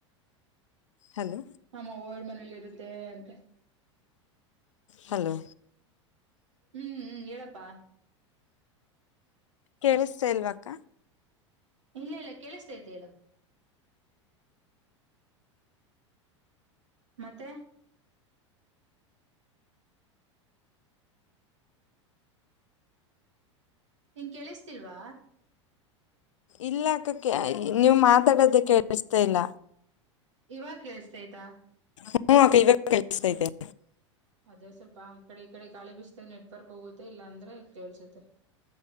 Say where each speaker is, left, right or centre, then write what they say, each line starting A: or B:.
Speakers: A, on the left; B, on the right.
A: ಹಲೋ.
B: ನಮ್ಮ ಓಲ್ಡ್ ಮನೇಲಿ ಇರುತ್ತೆ ಅಂದ್ರೆ.
A: ಹಲೋ.
B: ಹ್ಮ್ ಹ್ಮ್ ಹೇಳಪ್ಪಾ.
A: ಕೇಳಿಸತ್ತಾ ಇಲ್ವ ಅಕ್ಕಾ.
B: ಇಲ್ಲ ಇಲ್ಲ ಕೆೇಳಸತೈತಿ ಹೇಲು. ಮತ್ತೆ. ನಿಂಗ್ ಕೇಳಿಸ್ತಿಲ್ವಾ.
A: ಇಲ್ಲ ಅದಕ್ಕೆ ನೀವು ಮಾತಾಡೋದೇ ಕೇಳಿಸತ್ತಾ ಇಲ್ಲ.
B: ಇವಾಗ ಕೇಳ್ತ ಆಯ್ತಾ.
A: ಹ್ಮ ಆ ಇವಾಗ ಕೆಳಸ್ತೈತೆ ಇದನೆ.
B: ಅದೇ ಸ್ವಲ್ಪ ಆ ಕಡೆ ಈ ಕಡೆ ಗಾಳಿ ಬಿಸ್ತ್ ನೆಟ್ವರ್ಕ್ ಹೋಗುತ್ತೆ ಇಲ್ಲಾಂದ್ರೆ ಕೇಲ್ಸುತ್ತೆ.